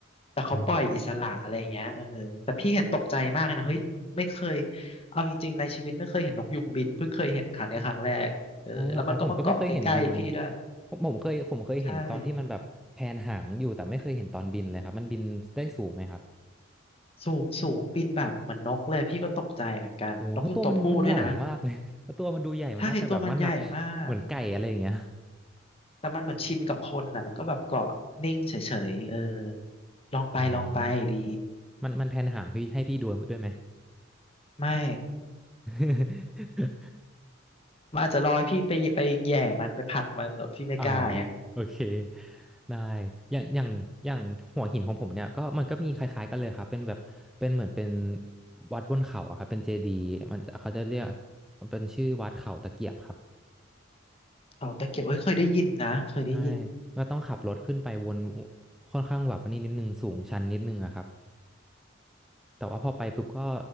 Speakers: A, on the left (about 30°); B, in the centre.
A: แต่เขาปล่อยอิสระอะไรอย่างเงี้ยเออแต่พี่เห็นตกใจมากเลยนะเฮ้ยไม่เคย
B: อ๋อ
A: เอาจริงๆในชีวิตไม่เคยเห็นนกยุงบินเพิ่งเคยเห็นครั้งเนี้ยครั้งแรกเออแล้วมันก็มาเกาะใกล้ๆพี่ด้วย
B: อ๋อเหรอครับผมก็ไม่เคยเห็นบินผมผมเคยผมเคยเห็นตอนที่มันแบบแผนหางอยู่แต่ไม่เคยเห็นตอนบินเลยครับมันบินได้สูงไหมครับ
A: ใช่สูงสูงบินแบบเหมือนนกเลยพี่ก็ตกใจเหมือนกันนกยุงตัวผู้ด้วยนะ
B: โอ้โหเพราะตัวมันมันใหญ่มากเลย <laughs> เพราะตัวมันดูใหญ่มันน่าจะแบบว่าหนัก
A: ใช่ตัวมันใหญ่มาก
B: เหมือนไก่อะไรอย่างเงี้ย
A: แต่มันเหมือนชินกับคนน่ะมันก็แบบเกาะนิ่งเฉยๆเออลองไปลองไปดี
B: อืมมันมันแผนหางพี่ให้พี่ดูด้วยไหม
A: ไม่
B: <laughs>
A: <laughs> มันอาจจะรอให้พี่ไปไปแหย่มันไปผลักมันแต่พี่ไม่กล้าไง
B: อ๋อโอเคได้อย่างอย่างอย่างหัวหินของผมเนี่ยก็มันก็มีคล้ายๆกันเลยครับเป็นแบบเป็นเหมือนเป็นวัดบนเขาอะครับเป็นเจดีย์มันเขาจะเรียกมันเป็นชื่อวัดเขาตะเกียบครับ
A: เขาตะเกียบเอ้ยเคยได้ยินนะเคยได้ยิน
B: ใช่ก็ต้องขับรถขึ้นไปวนค่อนข้างแบบอันนี้นิดนึงสูงชันนิดนึงอะครับแต่ว่าพอไปปุ๊บก็